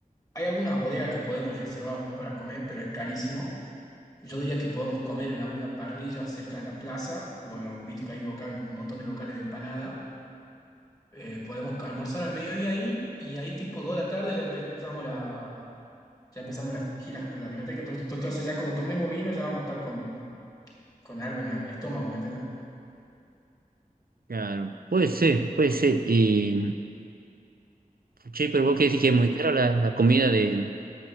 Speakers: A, on the left (about 25°); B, on the right (about 80°).
A: Hay algunas bodegas que podemos reservar para comer, pero es carísimo. Yo diría que podemos comer en alguna parrilla cerca de la plaza, o no, viste que hay un local, un montón de locales de empanada. Eh, podemos almorzar al mediodía ahí y ahí tipo 2 de la tarde ya empezamos la, ya empezamos las giras por la vinoteca. Tot- tot- Entonces ya cuando tomemos vino ya vamos a estar con, con algo en, la- en el estómago, ¿me entendés?
B: Claro, puede ser, puede ser. Y, che, pero vos qué decís
A: Entonces,
B: que es muy cara la, la comida de,